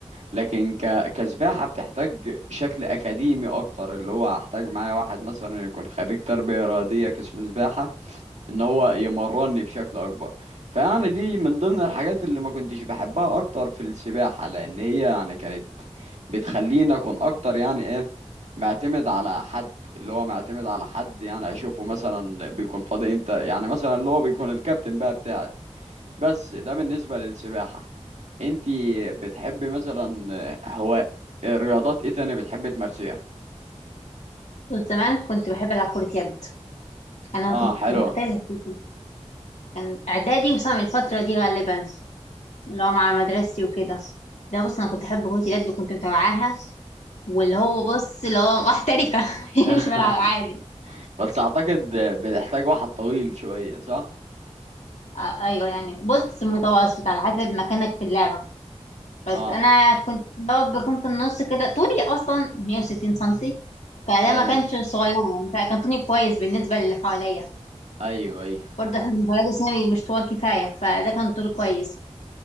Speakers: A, on the right (about 80°); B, on the left (about 80°).
A: لكن ك... كسباحة بتحتاج شكل أكاديمي أكتر اللي هو هحتاج معايا واحد مثلا يكون خريج تربية رياضية قسم سباحة إن هو يمرني بشكل أكبر فيعني دي من ضمن الحاجات اللي ما كنتش بحبها أكتر في السباحة لأن هي يعني كانت بتخليني أكون أكتر يعني إيه معتمد على حد اللي هو معتمد على حد يعني أشوفه مثلا بيكون فاضي إمتى يعني مثلا اللي هو بيكون الكابتن بقى بتاعي بس ده بالنسبة للسباحة انتي بتحبي مثلا آه، هو رياضات ايه تاني بتحبي تمارسيها
B: وزمان كنت بحب العب كرة يد انا
A: اه
B: كنت
A: حلوة
B: محترفة في كرة يد. كان اعدادي وصام الفترة دي غالبا اللي هو مع مدرستي وكده ده بص انا كنت احب كرة اليد وكنت متابعاها واللي هو بص اللي هو محترفة <laughs>
A: <laughs>
B: مش بلعب عادي
A: بس اعتقد بتحتاج واحد طويل شوية صح
B: آه، ايوه يعني بص متوسط على حسب مكانك في اللعبة بس
A: اه
B: انا كنت بقى بكون في النص كده طولي اصلا 160 سنتي فده
A: اي
B: ما كانش صغير يعني فكان طولي كويس بالنسبة للي حواليا
A: ايوه ايوه
B: برضه احنا المدرج الثانوي مش طوال كفاية فده كان طول كويس